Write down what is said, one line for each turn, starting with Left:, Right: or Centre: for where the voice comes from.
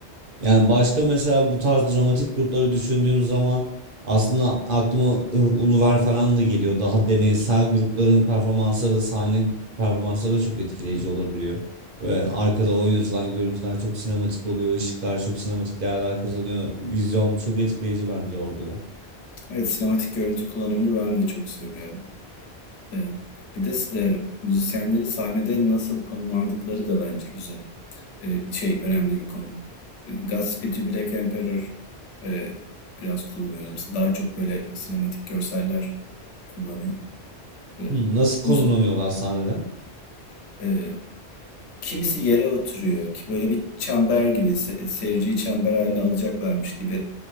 Right: Yani başka mesela bu tarz dramatik grupları düşündüğüm zaman aslında aklıma I- Uluver falan da geliyor. Daha deneysel grupların performansları da sahne performansları da çok etkileyici olabiliyor. Ve arkada oynatılan görüntüler çok sinematik oluyor, ışıklar çok sinematik değerler kazanıyor. Vizyon çok etkileyici bence orada da.
Left: Evet, sinematik görüntü kullanımını ben de çok seviyorum. E, bir de s- e, müzisyenlerin sahnede nasıl konumlandıkları da bence güzel. Eee, şey, önemli bir konu. Eee, Godspeed You Black Emperor, eee, biraz kullanıyorum. Daha çok böyle sinematik görseller kullanıyor. Eee,
Right: Hmm, nasıl konumlanıyorlar
Left: müz
Right: sahnede?
Left: eee, kimisi yere oturuyor ki böyle bir çember gibi, se seyirciyi çember haline alacaklarmış gibi,